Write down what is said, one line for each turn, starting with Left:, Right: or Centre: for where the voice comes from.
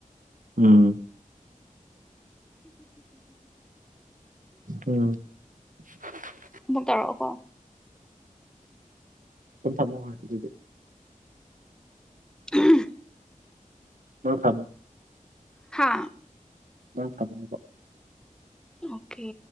Right: ꯎꯝ ꯎꯝ <unintelligible>
Centre: ꯑꯃꯨꯛ ꯇꯧꯔꯛꯑꯣꯀꯣ
Right: ꯀꯟ ꯊꯝꯃ ꯑꯗꯨꯗꯤ
Centre: <unintelligible>
Right: ꯑꯣ ꯐꯃ
Centre: ꯍꯥꯥ
Right: ꯅꯪ ꯊꯝꯉꯕꯣ
Centre: ꯑꯣꯀꯦ